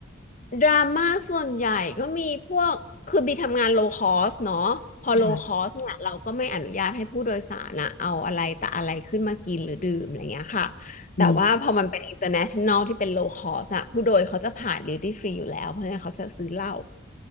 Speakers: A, on the left; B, on the left.
A: ดราม่าส่วนใหญ่ก็มีพวกคือบีทำงานโลคอสเนาะพอโลคอสเนี่ยเราก็ไม่อนุญาตให้ผู้โดยสารอะเอาอะไรแต่อะไรขึ้นมากินหรือดื่มอะไรเงี้ยค่ะ
B: ค่ะ
A: แต่ว่าพอมันเป็น
B: อืม
A: international ที่เป็นโลคอสอะผู้โดยเขาจะผ่าน duty free อยู่แล้วเพราะฉะนั้นเขาจะซื้อเหล้า